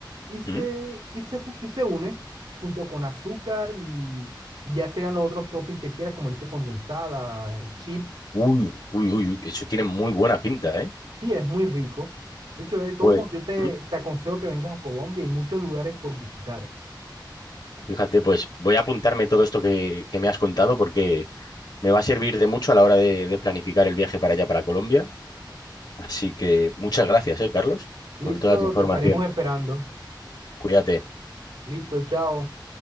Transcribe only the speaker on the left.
¿Mm?
Uy, uy, uy, uy, eso tiene muy buena pinta, ¿eh?
Pues,
¿Mm?
fíjate, pues voy a apuntarme todo esto que, que me has contado porque me va a servir de mucho a la hora de de planificar el viaje para allá, para Colombia. Así que muchas gracias, eh, Carlos,
por toda tu información.
Cuídate.